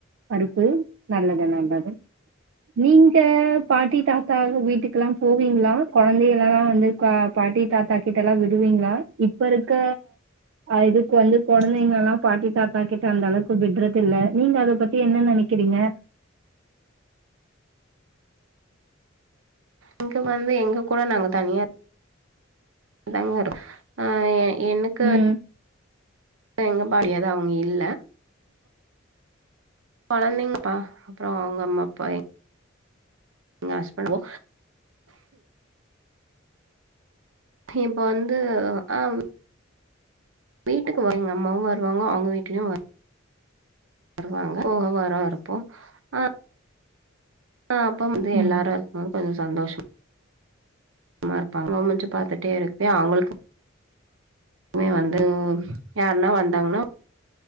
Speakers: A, on the right; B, on the right.
A: பருப்பு நல்லது நல்லது நீங்க பாட்டி தாத்தா வீட்டுக்குல்லா போவீங்களா குழந்தைகல்லலா வந்து பாட்டி தாத்தா கிட்ட எல்லா விடுவீங்களா இப்ப இரு க்க இதுக்கு வந்து குழந்தைங்க எல்லா பாட்டி தாத்தாக்கிட்டு அந்த அளவுக்கு விடுறது இல்ல நீங்க அத பத்தி என்ன நினைக்கிறீங்க
B: இங்க வந்து எங்க கூட நாங்க தனியா தாங்க அ எனக்கு
A: ம்
B: எங்க <unintelligible> அவங்க இல்ல குழந்தைங்கப்பா அப்பற அவங்க அம்மா அப்பா எங்க ஹிஸ்பன்ட் பண்வொ இப்ப வந்து ஆவ் வீட்டுக்கு வ எங்க அம்ாவும் வருாங்க அவங்க வீட்டுலயு வரு வருவாங்க போக வர இருப்போ ஆஹஹ அப்ப வந்து
A: ம்
B: எல்லாரு இருக்கும் அ கொஞ்ச சந்தோஷ சும்மா இருப்பாங்க குனிஞ்சு பாத்துட்டே இருக்க அவங்களுக்கு மே வந்து யாருன்னா வந்தாங்கன்னா